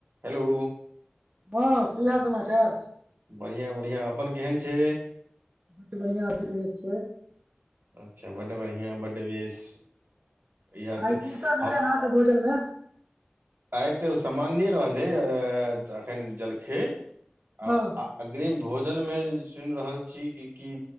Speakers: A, on the right (about 60°); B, on the right (about 35°).
A: Hello
B: boss की हाल समाचार
A: बढ़ियां बढ़ियां अपन केहन छै
B: बड बढिया ड्रेस छैय
A: अच्छा बड्ड बढ़िआं बड बेस यह
B: आइ
A: तऽ
B: की सब भेलै
A: हम
B: अहाँके भोजन में
A: आइ तऽ सामान्ये रहलै एखन जलखे आ
B: हँ
A: अग्रिम भोजन मे सुनि रहल छी कि की